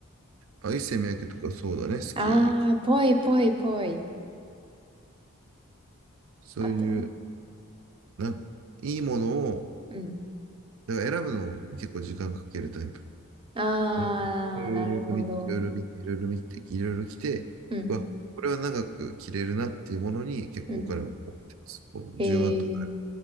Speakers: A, on the right; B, on the right.
A: あ、一世三宅とかそうだね。好き。
B: ああ、ぽいぽいぽい。
A: そういう、
B: あとは。
A: なんか、いいものを、
B: うん。
A: だから選ぶのも結構時間かけるタイプ。
B: あ
A: うんいろいろ見て、
B: あ、なるほど。
A: いろいろ見て、いろいろ見て、いろいろ来て、
B: うん、
A: うわ、これは長く着れるなっていうものに結構お金をポンって突っ込む。
B: うん。へ
A: 10万とか、
B: え、